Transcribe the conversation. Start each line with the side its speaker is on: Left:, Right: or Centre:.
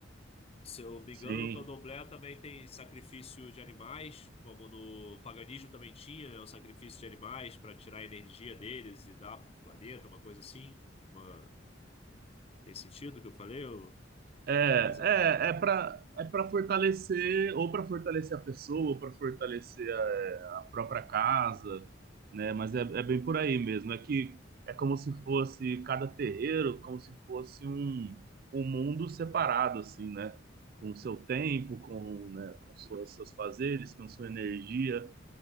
Left: Se eu me
Right: Sim.
Left: engano, no Candomblé também tem sacrifício de animais, como no paganismo também tinha, né, o sacrifício de animais para tirar a energia deles e dar para o planeta, uma coisa assim. Uma... Tem sentido o que eu falei? Ou...
Right: É,
Left: Não é exatamente.
Right: é, é para é para fortalecer, ou para fortalecer a pessoa, ou para fortalecer a, a própria casa, né? Mas é, é bem por aí mesmo. É que é como se fosse cada terreiro, como se fosse um, um mundo separado, assim, né? Com o seu tempo, com, né, com suas, seus fazeres, com sua energia